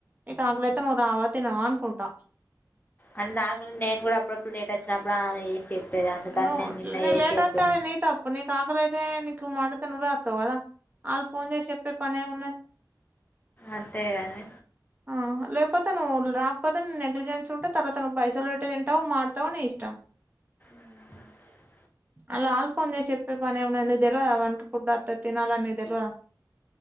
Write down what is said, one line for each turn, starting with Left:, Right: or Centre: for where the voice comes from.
Right: నీకు ఆకలైతే నువ్వు రావా తినవా అనుకుంటా
Left: అంటే నార్మల్ నేను కూడా అప్పుడప్పుడు లేట్ అచ్చినప్పుడు ఆమె చేసే ప్పేది అందుకని
Right: నువ్వు
Left: నేను నిన్న
Right: నీ
Left: ఏసి
Right: లేట్
Left: చెప్పినా
Right: అయితే అది నీ తప్పు నీకు ఆకలైతే నీకు మండితే నువ్వే వత్తవు కదా అళ్ళు ఫోన్ చేసి చెప్పే పనేమున్న
Left: అట్టే గాని
Right: ఆ లేకపోతే నువ్వు రాకపోతే నెగ్లిజెన్స్ ఉంటే తర్వాత నువ్వు పైసలు పెట్టి తింటావో మాడుతావో నీ ఇష్టం
Left: అ
Right: అలా ఆల ఫోన్ చేసి చెప్పే పని ఏం ఉంది వాళ్ళకి తెలివద వన్ ఫుడ్ అత తినాలా అ నీ తెలివద